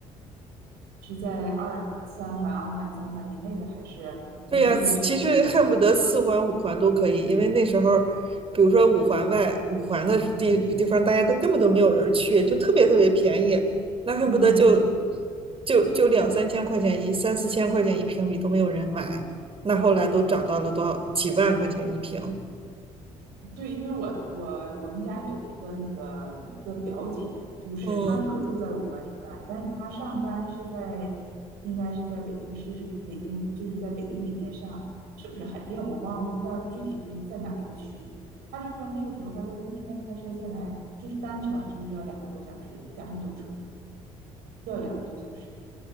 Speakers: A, on the right (about 65°); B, on the right (about 35°).
A: 是在二三环、二环、三环以内的，还是你说的这个新盘？
B: 对呀，其实恨不得四环五环都可以，因为那时候，比如说五环外、五环的地地方，
A: 嗯
B: 大家都根本都没有人去，就特别特别便宜，那恨不得嗯就
A: 嗯，
B: 就就两三千块钱一、三四千块钱一平米都没有人买，那后来都涨到了多少几万块钱一平，
A: 对，因为我我我们家有一个那个一个表姐，就是她就住在五环以外，
B: 嗯，
A: 但是她上班是在应该是在北京市，北京就是在北京里面上，是不是海淀？我忘了，我不知道具体是在哪一个区。她就说那个时候，她说她天天开车进来，就是单程就是要两个多小时，加上堵车，就要两个多小时。